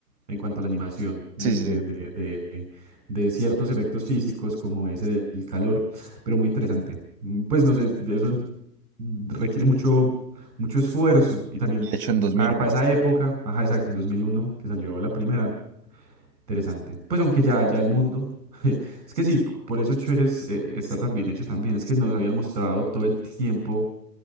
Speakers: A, on the right; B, on the right.
A: en cuanto a la animación, de,
B: Sí,
A: de,
B: sí, sí.
A: de, de- de ciertos efectos físicos como ese del calor, pero muy interesante. Mm, Pues no sé, de eso requiere mucho, mucho esfuerzo y también
B: Y De hecho, en 2001.
A: para esa época, ajá, exacto, en 2001 que salió la primera, interesante. Pues aunque ya, ya el mundo... <laughs> Es que sí, por eso Chuegues está tan bien hecho también. Es que nos habían mostrado todo el tiempo